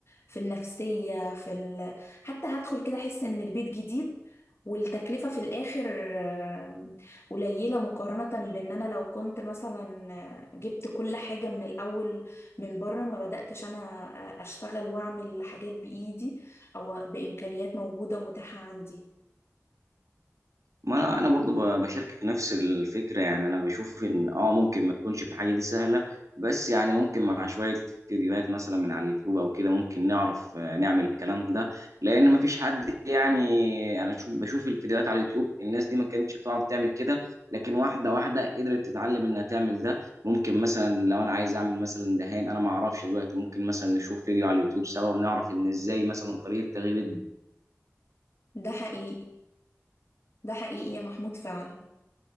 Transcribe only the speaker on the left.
في النفسيه في ال... حتى هدخل كده احس ان البيت جديد والتكلفه في الاخر آه، قليله مقارنه بان انا لو كنت مثلا آه، جبت كل حاجه من الاول من بره ما بدأتش أنا آه، أشتغل وأعمل حاجات بإيدي أو بإمكانيات موجودة ومتاحة عندي
ده حقيقي ده حقيقي يا محمود فعلا